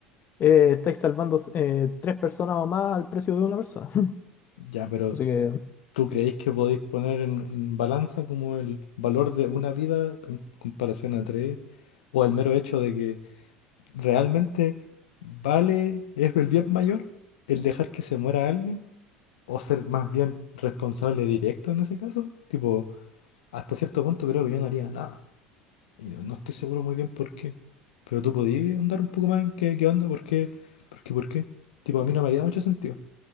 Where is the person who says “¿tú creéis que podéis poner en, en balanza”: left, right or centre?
Left